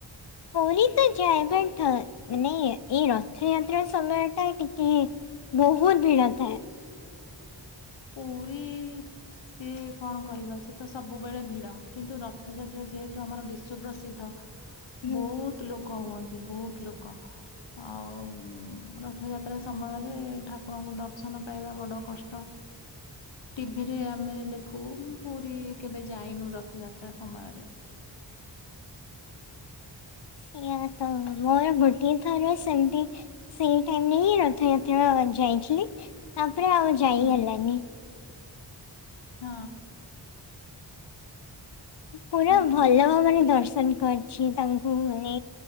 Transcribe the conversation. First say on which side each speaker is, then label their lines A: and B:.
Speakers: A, on the left; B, on the left.
A: ପୁରୀ ତ ଯାଏ ବଟ୍ ହଁ ମାନେ ଏଇ ରଥଯାତ୍ରା ସମୟ ଟା ଟିକେ ବହୁତ ଭିଡ଼ ଥାଏ।
B: ପୁରୀ ସିଏ କଣ କହିବା ସେ ତ ସବୁବେଳେ ଭିଡ କିନ୍ତୁ ରଥଯାତ୍ରା ଯେହେତୁ ଆମର ବିଶ୍ଵ ପ୍ରସିଦ୍ଧ
A: ହୁଁ
B: ବହୁତ ଲୋକ ହୁଅନ୍ତି ବହୁତ ଲୋକ। ଆଉ ରଥଯାତ୍ରା ସମୟରେ ଠାକୁରଙ୍କୁ ଦର୍ଶନ ପାଇବା ବଡ କଷ୍ଟ। ଟିଭିରେ ଆମେ ଦେଖୁ ପୁରୀ କେବେ ଯାଇନୁ ରଥଯାତ୍ରା ସମୟରେ।
A: ସେଇଆ ତ ମୋର ଗୋଟିଏ ଥର ସେମିତି ସେଇ ଟାଇମ୍ ରେ ହିଁ ରଥଯାତ୍ରା ତ ଯାଇଥିଲି ତାପରେ ଆଉ ଯାଇ
B: ହୁଁ
A: ହେଲାନି।
B: ହଁ।
A: ପୁରା
B: ହୁଁ ହୁଁ,
A: ଭଲ
B: ହୁଁ।
A: ମାନେ ଦର୍ଶନ କରିଛି ତାଙ୍କୁ ମାନେ